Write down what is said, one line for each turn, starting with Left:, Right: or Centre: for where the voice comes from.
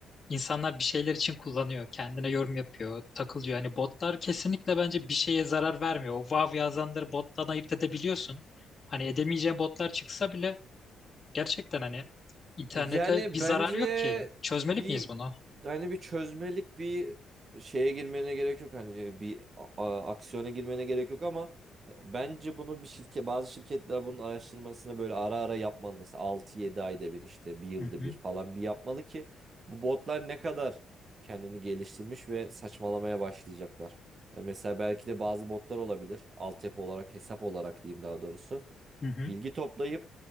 Left: insanlar bir şeyler için kullanıyor. Kendine yorum yapıyor, takılıyor. Hani botlar kesinlikle bence bir şeye zarar vermiyor. O wow yazanları bottan ayırt edebiliyorsun. Hani edemeyeceğin botlar çıksa bile Gerçekten hani internete
Right: Yani
Left: bir zarar
Right: bence
Left: yok ki. Çözmeli
Right: bir
Left: miyiz bunu?
Right: hani bir çözmelik bir şeye girmene gerek yok hani bir a- a- aksiyona girmene gerek yok ama e, bence bunu bir şirket bazı şirketler bunun araştırmasını böyle ara ara yapmalı. Mesela altı yedi ayda bir işte bir yılda
Left: Hı hı
Right: bir falan bir yapmalı ki bu botlar ne kadar kendini geliştirmiş ve saçmalamaya başlayacaklar. E, Mesela belki de bazı botlar olabilir. Altyapı olarak hesap olarak diyeyim daha doğrusu.
Left: hı hı.
Right: Bilgi toplayıp